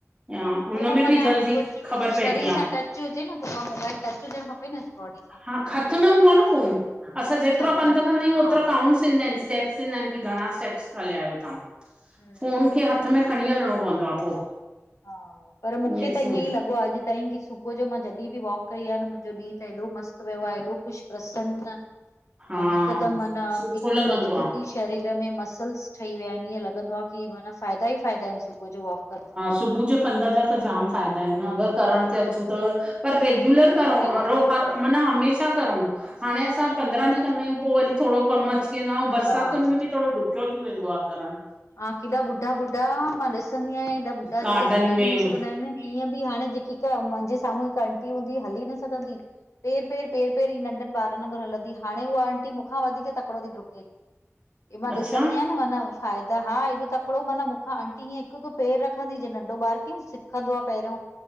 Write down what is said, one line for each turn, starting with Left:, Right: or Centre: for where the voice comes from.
Right: या, उनमें
Left: त उहो माना
Right: बि जल्दी
Left: उहा
Right: ख़बर
Left: शरीर
Right: पएजी
Left: सां
Right: आ।
Left: टच हुजे न पो उहा मोबाइल टच हुजणु खपे न बॉडी सां
Right: हा खत में हूंदो आ न फ़ोन, असांं जेतिरो
Left: अच्छा हथ
Right: पंध
Left: में हूंदो
Right: कंदा आहियूं
Left: आ,
Right: ओतिरो
Left: हा
Right: काउंट्स ईंदा इनिस। स्टेप्स ईंदा हिनि कि घणां
Left: अच्छा
Right: स्टेप्स हलया आयो तहां,
Left: हम्म हम्म
Right: फोन खे हथ में
Left: बराबरि
Right: खणीं हलणों पवंदो आ पो
Left: हा, पर मुखे
Right: ईअं
Left: त
Right: थी
Left: ईयंई लॻो आ अॼु ताईं की सुबु सुबुअ जो मां जॾहिं बि वॉक कई आ न मुंहिंजो ॾींहुं त एॾो मस्तु वयो आ एॾो ख़ुशि प्रसन अउं
Right: हा
Left: हिकदम मना
Right: सुठो
Left: एॾी
Right: लॻंदो
Left: मजबूती
Right: आ
Left: शरीर में मसल्स ठही विया इनि ईअं लॻंदो आ की माना फ़ाइदा ई फ़ाइदा इनि सुबुअ जो वॉक करण में
Right: सुबु जे पंध जा त जाम फ़ाइदा इनि न अगरि करण
Left: सां
Right: ते अचूं त पर रेग्युलर
Left: हा
Right: करउं
Left: हा केॾा
Right: हर रो हर माना हमेशा करउं हाणें असां पंद्रा
Left: हा
Right: ॾींहं कंदायूं पो वरी थोड़ो कमु अची वेंदो आ अउं बरसातुनि
Left: हा
Right: में बि थोड़ो ॾुक् खियो थी वेंदो आ करणु।
Left: हा केॾा ॿुढा-ॿुढा मां ॾिसंदी आयां एॾा ॿुढा
Right: गार्डन
Left: जेके हली
Right: में
Left: बि न सघंदा हिनि ईअं बि हाणें जेकी हिक मांजे साम्हूं हिक अंटी हूंदी हली न सघंदी ही। पेर-पेर, पेर-पेर ही नंढनि ॿारनि वंगुर हलंदी, हाणें उहा अंटी मुखा वधीक तकिड़ो ती ड्रुके। इ मां
Right: अच्छा
Left: ॾिसंदी आहियां न मन फ़ाइ दा हा एॾो तकिड़ो मन मुखां अंटी हीअं हिकु-हिकु पेर रखंदी ही, जिंअ नंढो ॿार किंअ सिखंदो आ पहिरियों।